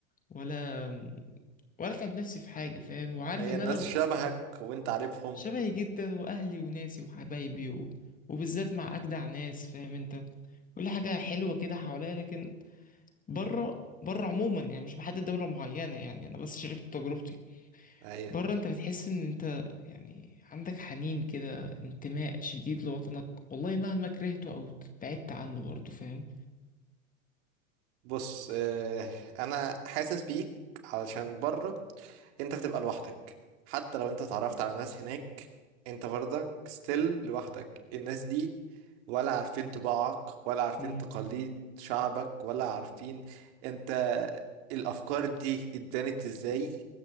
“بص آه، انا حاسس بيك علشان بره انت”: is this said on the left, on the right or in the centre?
Right